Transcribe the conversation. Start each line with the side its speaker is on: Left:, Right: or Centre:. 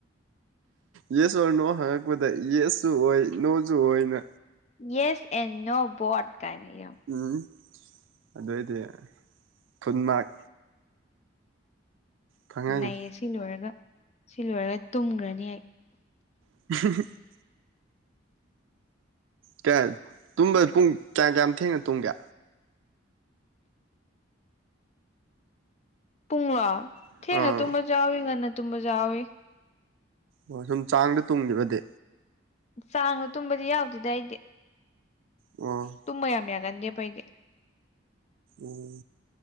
Right: ꯌꯦꯁ ꯑꯣꯔ ꯅꯣ ꯍꯪꯉꯛꯄꯗ ꯌꯦꯁꯁꯨ ꯑꯣꯏ ꯅꯣꯖꯨ ꯑꯣꯏꯅ
Left: ꯌꯦꯁ ꯑꯦꯟ ꯅꯣ ꯕꯣꯠ ꯀꯥꯏꯅ ꯏꯔꯝ
Right: ꯎꯝ ꯑꯗꯨꯑꯣꯏꯗꯤ ꯐꯨꯟ ꯃꯥꯛ ꯐꯪꯉꯅꯤ
Left: ꯅꯩꯌꯦ ꯁꯤ ꯂꯣꯏꯔꯒ ꯁꯤ ꯂꯣꯏꯔꯒ ꯇꯨꯝꯒ꯭ꯔꯅꯤ ꯑꯩ
Right: <unintelligible> ꯀꯌꯥ ꯇꯨꯝꯕ ꯄꯨꯡ ꯀꯌꯥꯝ ꯀꯌꯥꯝ ꯊꯦꯡꯅ ꯇꯨꯝꯒꯦ
Left: ꯄꯨꯡꯂꯣ
Right: ꯑꯥ
Left: ꯊꯦꯡꯅ ꯇꯨꯝꯕꯖꯨ ꯌꯥꯎꯋꯤ ꯉꯟꯅ ꯇꯨꯝꯕꯖꯨ ꯌꯥꯎꯋꯤ
Right: ꯑꯣ ꯁꯨꯝ ꯆꯥꯡꯗ ꯇꯨꯡꯒꯤꯕꯗꯤ
Left: ꯆꯥꯡꯗ ꯇꯨꯝꯕꯗꯤ ꯌꯥꯎꯗꯦꯗ ꯑꯩꯗꯤ
Right: ꯑꯣ
Left: ꯇꯨꯝꯕ ꯌꯥꯝ ꯌꯥꯒꯟꯗꯦꯕ ꯑꯩꯗꯤ
Right: ꯎꯝ